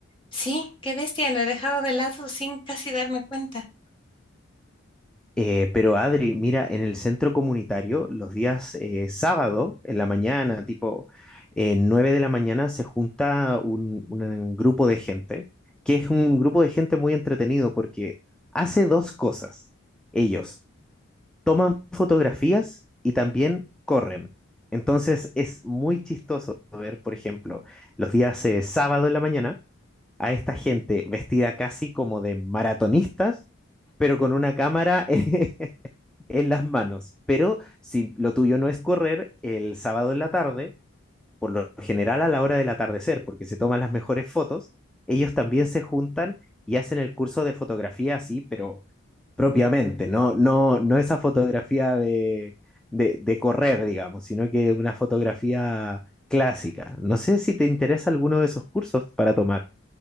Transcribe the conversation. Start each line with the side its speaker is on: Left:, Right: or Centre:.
Left: sí, qué bestia, lo he dejado de lado sin casi darme cuenta.
Centre: Eh, pero Adri, mira, en el centro comunitario, los días eh, sábado, en la mañana, tipo eh, 9 de la mañana, se junta un, un grupo de gente, que es un grupo de gente muy entretenido porque hace dos cosas. Ellos toman fotografías y también corren. Entonces es muy chistoso ver, por ejemplo, los días eh, sábado en la mañana a esta gente vestida casi como de maratonistas, pero con una cámara <laughs> en las manos. Pero si lo tuyo no es correr, el sábado en la tarde, por lo general a la hora del atardecer, porque se toman las mejores fotos, ellos también se juntan y hacen el curso de fotografía así, pero propiamente, no, no, no esa fotografía de, de, de correr, digamos, sino que una fotografía clásica. No sé si te interesa alguno de esos cursos para tomar.